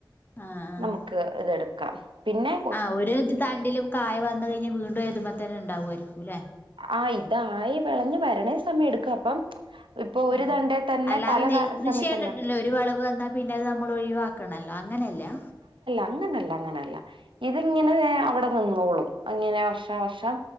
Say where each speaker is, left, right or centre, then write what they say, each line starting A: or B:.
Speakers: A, on the left; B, on the right.
A: ആ ആ
B: നമുക്ക് ഇതെടുക്കാം പിന്നെ
A: ആ ഒരു ഇത് തണ്ടില് കായ വന്ന കഴിഞ് വീണ്ടും അതുമ ന്നെ ഉണ്ടാവായിരിക്കും ല്ലേ
B: ആ ഇതായി വിളഞ്ഞഞ് വരണേ സമയം എടുക്കും അപ്പം ഇപ്പൊ ഒരു
A: ആ
B: തണ്ടേ തന്നെ
A: അല്ലാതെ
B: പല
A: നെൽകൃഷി
B: സമയത്തുണ്ട
A: കണ്ടിട്ടില്ലേ ഒരു വളവ് വന്നാ പിന്നെത് മ്മള് ഒഴി ക്ണല്ലോ
B: അങ്ങനെല്ല അങ്ങനെല്ല ഇത് ഇങ്ങനെ വിടെ <unintelligible> ഇങ്ങനെ വർഷാ വർഷം